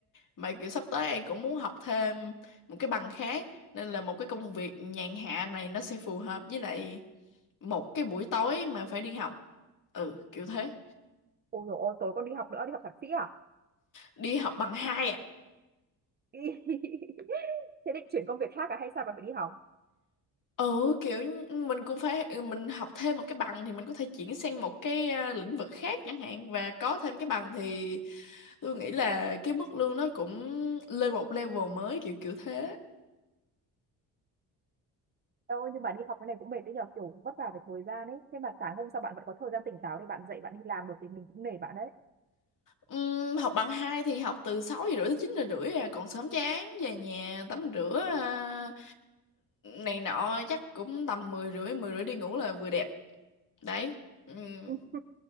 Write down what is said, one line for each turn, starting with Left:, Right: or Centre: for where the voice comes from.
Left: mà kiểu sắp tới An cũng muốn học thêm một cái bằng khác nên là một cái công việc nhàn hạ này nó sẽ phù hợp với lại một cái buổi tối mà phải đi học. Ừ, kiểu thế.
Right: ôi dồi ôi tối con đi học nữa đi học thạc sĩ à
Left: Đi học bằng hai à?
Right: <laughs> thế định chuyển công việc khác à hay sao bạn phải đi học
Left: ừ kiểu như ừ, mình cũng phải ừ, mình học thêm một cái bằng thì mình có thể chuyển sang một cái à, lĩnh vực khác chẳng hạn và có thêm cái bằng thì tôi nghĩ là cái mức lương nó cũng lên một level mới kiểu kiểu thế
Right: đâu nhưng mà đi học cái này cũng mệt đấy nhờ kiểu vất vả về thời gian ấy thế mà sáng hôm sau bạn vẫn có thời gian tỉnh táo để bạn dậy bạn đi làm được thì mình cũng nể bạn đấy
Left: Ừm, học bằng hai thì học từ 6 giờ rưỡi tới 9 giờ rưỡi à còn sớm chán về nhà tắm rửa à, này nọ chắc cũng tầm mười rưỡi mười rưỡi đi ngủ là vừa đẹp đấy Ừm,
Right: <laughs>